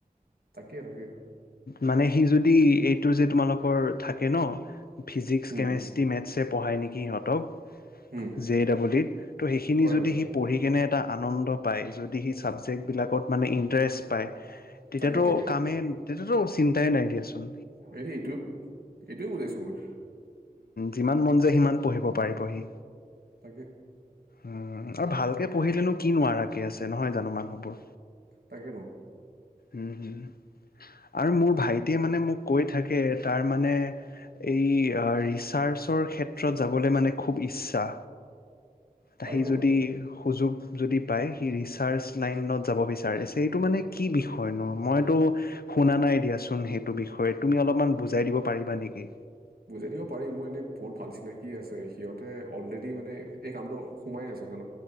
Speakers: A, on the right (about 80°); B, on the left (about 80°).
A: তাকে তাকে
B: মানে সি যদি এইটো যে তোমালোকৰ থাকে ন! ফিজিক্স,
A: উম
B: কেমেষ্ট্ৰী, মেথ্ছে পঢ়ায় নেকি সিহঁতক!
A: উম
B: জে ডাবলডিত ত' সেইখিনি
A: হয়
B: যদি
A: হয়
B: সি পঢ়ি কেনে এটা আনন্দ পায় যদি সেই চাবজেক্টবিলাকত মানে ইণ্টাৰেষ্ট পায় তেতিয়াতো
A: তাকে তাকে
B: কামে তেটোতো চন্তাই দিয়াচোন
A: এনে এইটো এইটোৱে বুজাইছো মই
B: যিমান মন যায় সি পঢ়িব পাৰিবহি
A: তাকে
B: উম আৰু ভালকে পঢ়িলেনো কি নোৱাৰাকে আছে নহয় জানো মানুহবোৰ
A: তাকে ন
B: উম হম আৰু মোৰ ভাইটিয়ে মানে মোক কৈ থাকে তাৰ মানে এই ৰিচাৰ্চৰ ক্ষেত্ৰত যাবলৈ মানে খু ইচ্ছা। তাসেই
A: পাৰিবতো
B: যদি সুযোগ যদি পায় সি ৰিচাৰ্চ লাইনত যাব বিচাৰিছে এইটো মানে কি বিষয় ন মইতো শুনা নাই দিয়াচোন সেইটো বিষয়ে তুমি অলপমান বুজাই দিব পাৰিবা নেকি?
A: বুজাই দিব পাৰি মোৰ এনে বহুত ভাল চিনাকি আছে সিহঁতে অলৰেডি মানে এই কামটো সোমাই আছ